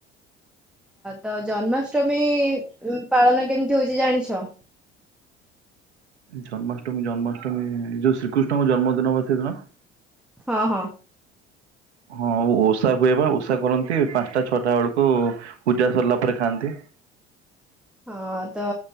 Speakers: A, in the centre; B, on the right.
A: ତ ଜନ୍ମା ଅଷ୍ଟମୀ ପାଳନ କେମତି କେମିତି ହଉଛି ଜାଣିଛ?
B: ଜନ୍ମାଷ୍ଟମୀ ଜନ୍ମାଷ୍ଟମୀ ଏ ଯୋଉ ଶ୍ରୀକୃଷ୍ଣଙ୍କ ଜନ୍ମଦିନ ବା ସେଦିନ।
A: ହଁ ହଁ
B: ହଁ ଓଷା ହୁଏବା ଓଷା କରନ୍ତି ପାଞ୍ଚଟା ଛଅଟା ବେଳକୁ ପୂଜା ସରିଲା ପରେ ଖାଆନ୍ତି।
A: ହଁ ତ